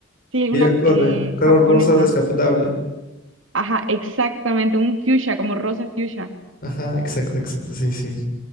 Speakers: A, on the right (about 80°); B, on the left (about 45°).
A: sí, una
B: Ella corre.
A: eh,
B: Carro
A: japonesa.
B: rosa descapotable.
A: Ajá, exactamente, un fuchsia, como rosa fuchsia.
B: Ajá, exacto, exacto. Sí, sí.